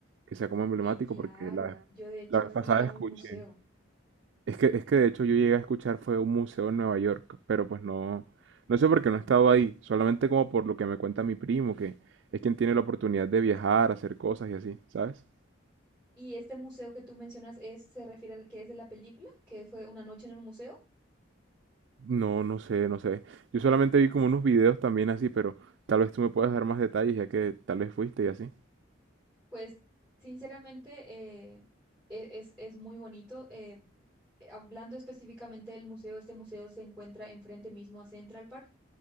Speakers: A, on the right; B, in the centre.
A: que sea como emblemático,
B: Sí, claro.
A: porque la vez,
B: Yo de hecho
A: la vez
B: fui
A: pasada
B: a
A: escuché.
B: un museo.
A: Es que, es que de hecho yo llegué a escuchar fue un museo en Nueva York, pero pues no, no sé por qué no he estado ahí, solamente como por lo que me cuenta mi primo, que es quien tiene la oportunidad de viajar, hacer cosas y así, ¿sabes?
B: ¿Y este museo que tú mencionas es, se refiere al que es de la película, que fue una noche en un museo?
A: No, no sé, no sé. Yo solamente vi como unos videos también así, pero tal vez tú me puedas dar más detalles ya que tal vez fuiste y así.
B: Pues sinceramente eh, e- es, es muy bonito. eh, hablando específicamente del museo, este museo se encuentra enfrente mismo a Central Park